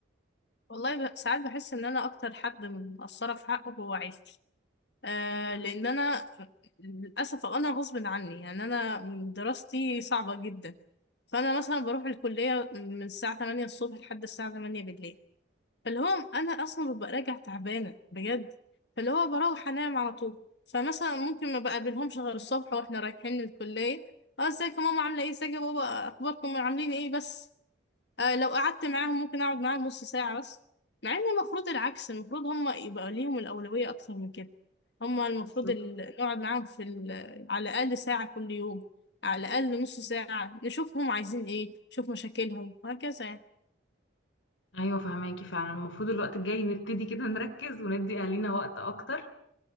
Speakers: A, on the left; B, on the left.
A: والله ب... ساعات بحس إن أنا أكتر حد مقصرة في حقه هو عيلتي آه
B: مم،
A: لان انا للاسف انا غصب عني يعني انا دراستي صعبه جدا فانا مثلا بروح الكليه من الساعه 8 الصبح لحد الساعه 8 بالليل فاللي هو انا اصلا ببقى راجع تعبانه بجد فاللي هو بروح انام على طول فمثلا ممكن ما بقابلهمش غير الصبح واحنا رايحين الكليه اه ازيك يا ماما عامله ايه ازيك يا بابا اخباركم عاملين ايه بس آه لو قعدت معاهم ممكن اقعد معاهم نص ساعة بس مع ان المفروض العكس المفروض هم يبقى ليهم الأولوية اكتر من كده هم المفروض
B: بالظبط
A: ال- نقعد معاهم في ال... على الأقل ساعة كل يوم على الأقل نص ساعة نشوفهم عايزين ايه نشوف مشاكلهم وهكذا يعني
B: ايوه فهماكي فعلا المفروض الوقت الجاي نبتدي كده نركز وندي اهالينا وقت اكتر